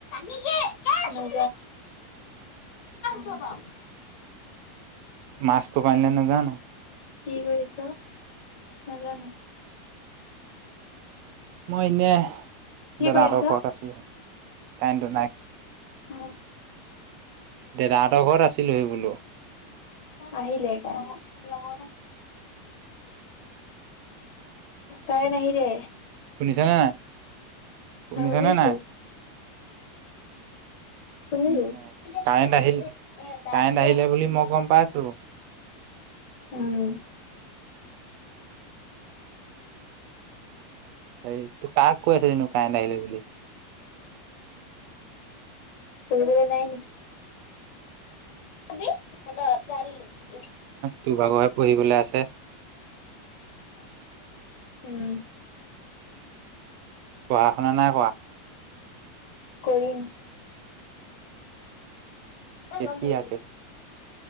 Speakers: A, on the left; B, on the right.
A: কেলে চিনি নেপাও।
B: মাছ কপা আনিলে নেজানো।
A: কি কৰিছ? নাজানো
B: মই এনে
A: কি
B: দাদাহতৰ
A: কৰি আছ?
B: ঘৰত আছো। কাইটো নাই।
A: উহ।
B: দেদাহঁতৰ ঘৰত আছিলো সি বোলো।
A: আহিলে কাই লগৰ। কাইন আহিলে।
B: শুনিছা নাই শুনিছা
A: শুনিছো,
B: নাই?
A: শুনিব
B: অ',
A: যে
B: কাৰেণ্ট
A: ত
B: আহিলে
A: ক এ
B: কাৰেণ্ট
A: বিয়।
B: আহিলে বুলি মই গম পাইছো।
A: উম।
B: এই তোৰ কাক কৈ আছিলনো তাই কাইন বুলি।
A: কৰিবলে নাই নেকি? ি <unintelligible>
B: তোৰভাগৰহে পঢ়িবলৈ আছে।
A: উম।
B: পঢ়া শুনা নাই কৰা?
A: কৰিম। অ
B: কেতিয়াকে
A: গম পাৰি।